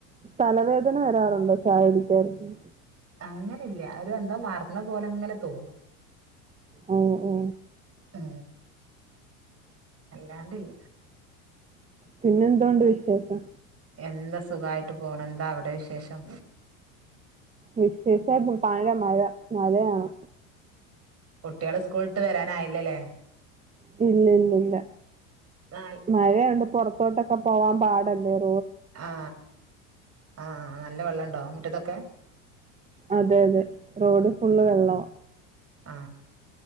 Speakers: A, on the right; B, on the right.
A: തലവേദന വരാറുണ്ടോ ചായ കുടിക്കാർന്ന?
B: അങ്ങനെല്ല ഒരു എന്തോ മറന്ന പോലെ ങ്ങനെതോന്നും.
A: ഓ ഓ
B: ഏ അല്ലാണ്ടില്ല.
A: പിന്നെന്തൊണ്ട് വിശേഷം?
B: എല്ലാ സുഖായിട്ട് പോണ് എന്താ അവിടെ വിശേഷം?
A: വിശേഷാർന്നു പഴ മഴ മഴയാണ്.
B: കുട്ട്യാള് സ്കൂൾട്ട് വരാനായിലെലേ?
A: പിന്നെന്തുല്ല.
B: നാല്
A: മഴയായോണ്ട് പുറത്തോട്ടൊക്കെ പോവാൻ പാ <unintelligible>
B: ആ ആ ആ നല്ല വെള്ളോണ്ടോ മുറ്റത്തൊക്കെ?
A: അതെ അതെ. റോഡ് ഫുള്ള് വെള്ളാ.
B: ആ